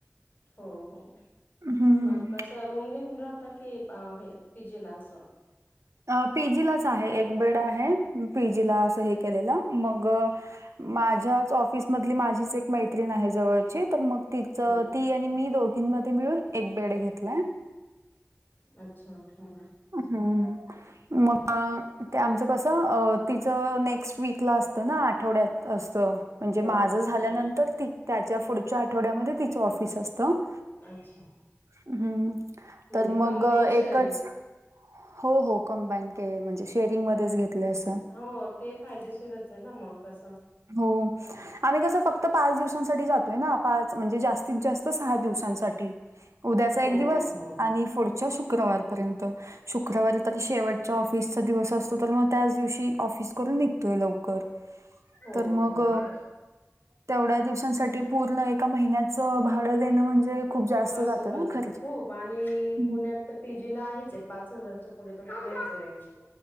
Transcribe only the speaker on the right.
हं, हं.
अ पीजीलाच आहे, एक बेड आहे, पीजीला असं हे केलेलं, मग माझ्याच ऑफिसमधली, माझीच एक मैत्रीण आहे जवळची, तर मग तिचं
ती आणि मी दोघींमध्ये मिळून, एक बेड घेतलाय.
अं हम्म मग, ते आमचं कसं, तिचं नेक्स्ट वीकला असतं ना, आठवड्यात असतं म्हणजे
माझं झाल्यानंतर
ती त्याच्या पुढच्या आठवड्यामध्ये तीचं ऑफिस असतं. त,
हम्,
तर मग
एकच
हो -हो कंबाईन केलं, म्हणजे शेअरिंग मध्येच घेतलंय असं.
हो, आम्ही कसं, फक्त पाच दिवसांसाठी जातोय ना? पाच म्हणजे जास्तीत जास्त सहा दिवसांसाठी, उद्याचा
एक दिवस
आणि फुड च्या शुक्रवार पर्यंत त, शुक्रवारी तरी शेवटचा ऑफिसचा दिवस असतो, तर मग त्याच दिवशी ऑफिस करून, निघतोय लवकर.
तर मग,
तेवढ्या दिवसांसाठी पूर्ण एका महिन्याच, भाडं देणं म्हणजे, खूप जास्त
जातं ना,
<unintelligible>